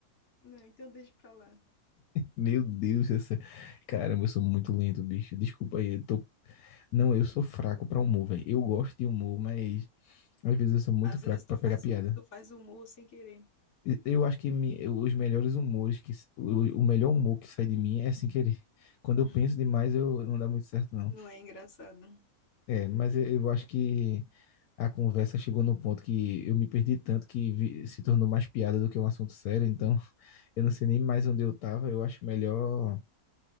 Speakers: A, on the left (about 50°); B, on the left (about 75°).
A: Não, então deixa pra lá.
B: Meu Deus, essa... Caramba, eu sou muito lento, bicho. Desculpa aí, eu tô... Não, eu sou fraco pra humor, velho. Eu gosto de humor, mas às vezes eu sou muito
A: Às
B: fraco
A: vezes
B: pra
A: tu faz,
B: pegar piada.
A: o- tu faz humor sem querer.
B: Eu acho que mi- os melhores humores que s- o, o melhor humor que sai de mim é sem querer. Quando eu
A: <laughs>
B: penso demais, eu não dá muito certo, não.
A: Não é engraçado.
B: É, mas eu, eu acho que a conversa chegou no ponto que eu me perdi tanto que vi- se tornou mais piada do que um assunto sério, então <laughs> eu não sei nem mais onde eu estava. Eu acho melhor